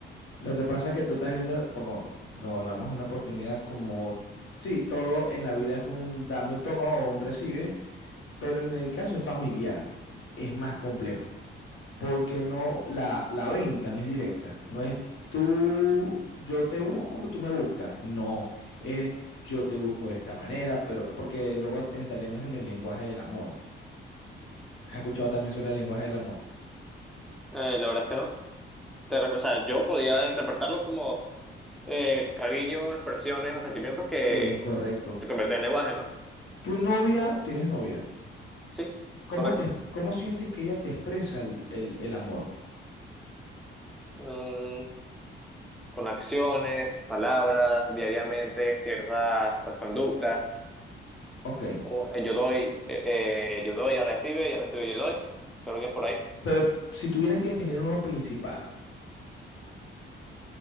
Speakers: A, on the left (about 85°); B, in the centre.
A: Lo que pasa es que tú estás viendo, como lo hablamos en una oportunidad, como, sí, todo en la vida es un dame y toma o un recibe, pero en el caso familiar es más complejo. porque no, la, la venta no es directa, no es tú, yo te busco, tú me buscas, no, es yo te busco de esta manera, pero porque luego entraremos en el lenguaje del amor. ¿Has escuchado también sobre el lenguaje del amor?
B: Eh, la verdad es que no. Te ref- o sea, yo podía interpretarlo como eh, cariño, expresiones o sentimientos que
A: Es correcto.
B: te convierten en lenguaje, ¿no?
A: Tu novia, tienes novia.
B: Sí,
A: ¿Cómo
B: correcto.
A: te, cómo sientes que ella te expresa el, el- el amor?
B: Mm, con acciones, palabras, diariamente, ciertas pues, conductas.
A: Ok.
B: Un- eh, yo doy, eh, yo doy, ya recibe, ya recibe, yo doy. Creo que es por ahí.
A: Pero si tuvieras que definir uno principal.